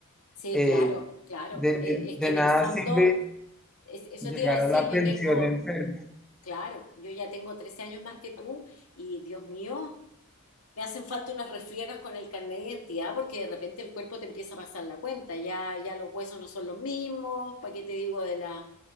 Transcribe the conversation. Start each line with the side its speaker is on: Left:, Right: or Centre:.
Left: Sí,
Centre: Eh,
Left: claro, claro.
Centre: de,
Left: Eh,
Centre: de-
Left: es
Centre: de
Left: que en
Centre: nada
Left: el fondo,
Centre: sirve
Left: es- eso
Centre: llegar
Left: te iba a decir,
Centre: a la
Left: yo
Centre: pensión
Left: tengo,
Centre: enfermo.
Left: claro, yo ya tengo 13 años más que tú y Dios mío, me hacen falta unas refriegas con el carnet de identidad porque de repente el cuerpo te empieza a pasar la cuenta, ya, ya los huesos no son los mismos, ¿para qué te digo de la...